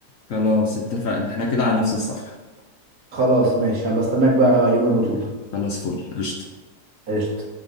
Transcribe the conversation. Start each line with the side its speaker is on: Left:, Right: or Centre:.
Left: خلاص اتفقنا احنا كده على نفس الصفحة
Right: خلاص ماشي هبقى استناك بقى يوم البطوله
Left: خلاص فل قشطة
Right: قشطه